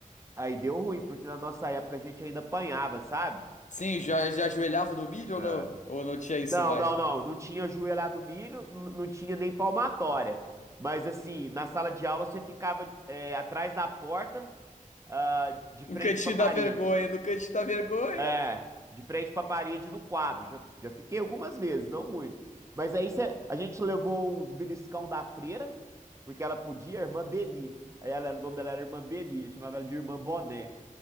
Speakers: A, on the right; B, on the left.
A: Aí deu ruim, porque na nossa época a gente ainda apanhava, sabe?
B: Sim, já, já ajoelhava no milho ou
A: É.
B: não? Ou não tinha isso
A: Não,
B: mais?
A: não, não. Não tinha joelhado milho, n- não tinha nem palmatória. Mas assim, na sala de aula você ficava é, atrás da porta, ah, de
B: No
A: frente
B: cantinho
A: para parede.
B: da vergonha, no cantinho da vergonha.
A: É, de frente para parede no quadro. Já, já fiquei algumas vezes, não muito. Mas aí cê- a gente levou uns beliscão da freira, porque ela podia, a irmã Beni. Aí ela, o nome dela era irmã Beni, eu chamava ela de irmã Boné.